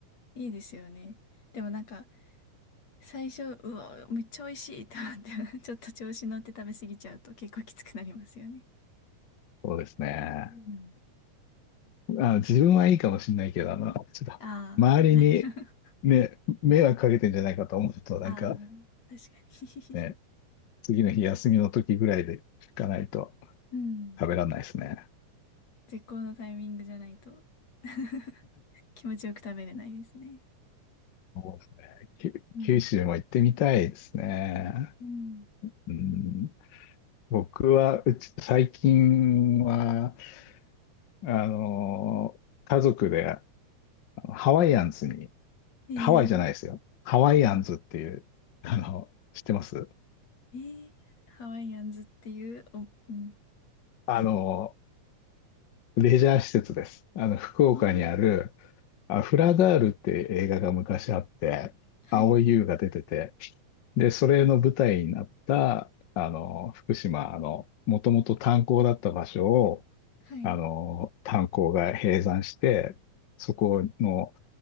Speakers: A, on the left (about 55°); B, on the left (about 80°).
A: いいですよね。でもなんか、最初、うわ、めっちゃ美味しいと思って、<laughs> ちょっと調子乗って食べ過ぎちゃうと結構きつくなりますよね。
B: そうですね。
A: うん。
B: あ、自分はいいかもしれないけど、あの、ちょっと、
A: ああ、
B: 周りに
A: もらえる。
B: ね、迷惑かけてんじゃないかと思うと、
A: <laughs>
B: なんか
A: ああ、確かに。
B: ね、次の日休みの時ぐらいで行かないと
A: <laughs> うん。
B: 食べられないですね。
A: 絶好のタイミングじゃないと <laughs> 気持ちよく食べれないですね。
B: そうですね。き九州も行ってみたいですね。
A: うん。うん
B: うん、僕は、うち、最近は、あの、家族であのハワイアンズに、
A: えー、
B: ハワイじゃないですよ。ハワイアンズっていう、あの、知ってます
A: えー、ハワイアンズっていう、お、うん、
B: あの、
A: なん、
B: レジャー施設です。あの、福岡にある、
A: あ
B: あ、フラガールって映画が昔あって、
A: あ、はい、
B: 蒼井優が出てて、で、それの舞台になった、あの、福島、あの、もともと炭鉱だった場所を、
A: はい、
B: あの、炭鉱が閉山して、そこの、